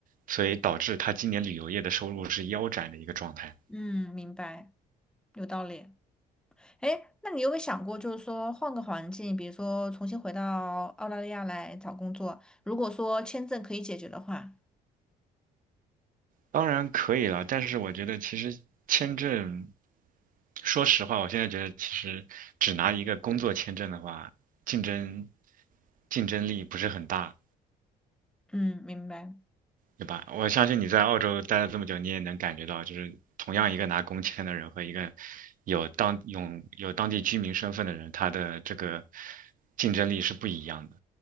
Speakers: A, on the right; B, in the centre.
A: 所以导致它今年旅游业的收入是腰斩的一个状态。
B: 嗯，明白，有道理。哎，那你有没有想过，就是说换个环境，比如说重新回到澳大利亚来找工作，如果说签证可以解决的话，
A: 当然可以了，但是我觉得其实签证，说实话，我现在觉得其实只拿一个工作签证的话，竞争竞争力不是很大，
B: 嗯，明白。
A: 对吧？我相信你在澳洲待了这么久，你也能感觉到，就是同样一个拿工签的人和一个有当有有当地居民身份的人，他的这个竞争力是不一样的。